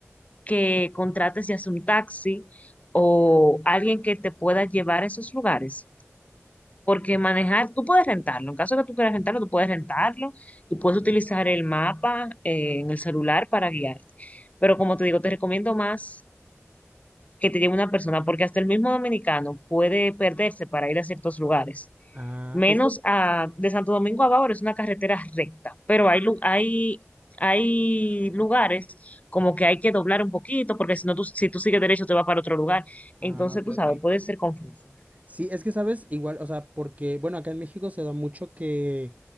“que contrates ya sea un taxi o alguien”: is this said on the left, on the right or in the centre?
Left